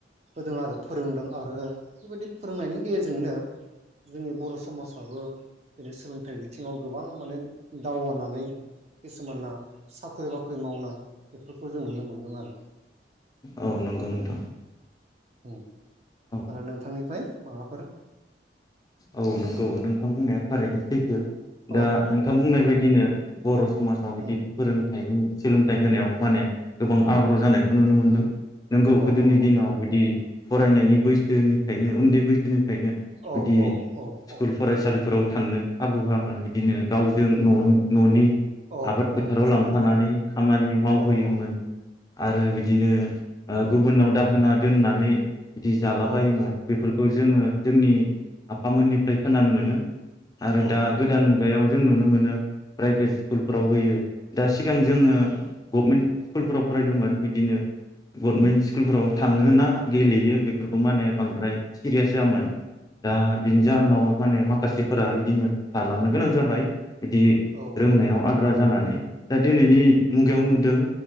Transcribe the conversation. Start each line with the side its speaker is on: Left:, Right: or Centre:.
Right: होदों आरो फोरोंदों आरो बेबायदि फोरोंनायनि गेजेरजोंनो जोंनि बर' समाजाबो दिनै सोलोंथाइ बिथिङाव गोबां माने दावगानानै खिसुमाना साख्रि बाख्रि मावनाय बेफोरखौ जों नुनो मोनदों आरो।
Left: औ नंगौ नोंथां
Right: औ
Left: औ
Right: आरो नोंथांनिफ्राय माबा फोर
Left: औ नंगौ नों थां बुंनाया थारैनो सैथो दा
Right: औ
Left: नोंथां
Right: औ
Left: बुंनाय बायदिनो बर' समाजाव बिदि
Right: औ
Left: फोरोंथाइनि सोलोंथाइ होनायाव माने गोबां आग्रह जानायखौ नुनो मोनदों नोंगौ
Right: औ
Left: गोदोनि
Right: औ
Left: दिनाव बिदि फरायनायनि बैसोनिफ्रायनो उन्दै बैसोनिफ्रायनो बिदि
Right: औ औ
Left: स्कुल
Right: औ
Left: फरायसालिफोर फोराव थांनो खाबु होयामोन बिदिनो गावजों न' न'नि
Right: औ
Left: आबाद फोथाराव
Right: औ थिगानो
Left: लांफानानै
Right: उम,
Left: खामानि मावहोयोमोन
Right: औ औ
Left: आरो बिदिनो ओ गुबुनाव दाहोना दोननानै बिदि जालाबायायोमोन
Right: औ औ
Left: बेफोरखौ जोङो
Right: औ
Left: जोंनि आफामोननिफ्राय खोनानो मोनो
Right: औ
Left: आरो दा गोदान मुगायाव जों नुनो मोनो प्राइभेट स्कुलफ्राव होयो दा सिगां जोङो गभमेन्ट स्कुलफोराव फरायदोंमोन बिदिनो गरमेन्ट स्कुलफ्राव थाङ ना गेलेयो बेख फोरखौ मा होनो बांद्राय सिरियास होआमोन दा बिनि जाहोनाव माने माखासेफोरा बिदिनो थालांनो गोनां जाबाय बिदि
Right: औ
Left: रोंनायाव
Right: औ
Left: आद्रा जानानै दा दिनैनि मुगायाव नुदों